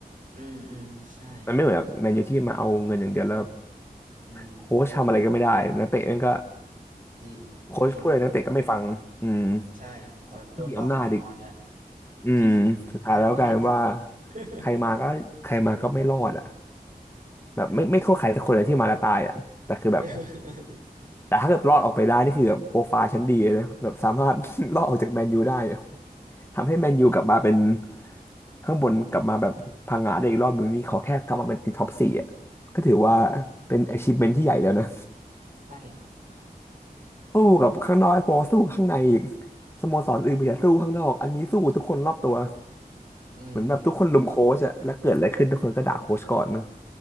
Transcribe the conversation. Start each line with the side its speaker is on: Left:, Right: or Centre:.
Right: อืมอืมใช่
Left: มันไม่เหมือนแบบแมนยูที่มาเอาเงินอย่างเดียวแล้ว
Right: อืม
Left: โค้ชทำอะไรก็ไม่ได้นักเตะนั่นก็
Right: จริง
Left: โค้ชพูดอะไรนักเตะก็ไม่ฟังอืม
Right: จริง ใช่พอโดนดอกหน่อยงอนแล้ว
Left: โค้ชไม่มีอำนาจอีกอืมสุดท้ายแล้วกลายเป็นว่า
Right: จริงโดนงอน <laughs>
Left: ใครมาก็ใครมาก็ไม่รอดอ่ะแบบไม่ไม่โทษใครแต่คนเลยที่มาแล้วตายอ่ะแต่คือแบบ
Right: อ่า <laughs>
Left: แต่ถ้าเกิดรอดออกไปได้นี่คือแบบโปรไฟล์ชั้นดีเลยนะแบบสามารถ <laughs> รอดออกจากแมนยูได้อะทำให้แมนยูกลับมาเป็นข้างบนกลับมาแบบพังงาได้อีกรอบหนึ่งนี่ขอแค่กลับมาเป็นติดท็อปสี่อ่ะก็ถือว่าเป็น achievement ที่ใหญ่แล้วนะ
Right: ใช่ <laughs>
Left: สู้กับข้างนอกให้พอสู้ข้างในอีกสโมสรอื่นมีแต่าสู้ข้างนอกอันนี้สู้ทุกคนรอบตัว
Right: อืม
Left: เหมือนแบบทุกคนลุมโค้ชอะแล้วเกิดอะไรขึ้นทุกคนก็ด่าโค้ชก่อนนะ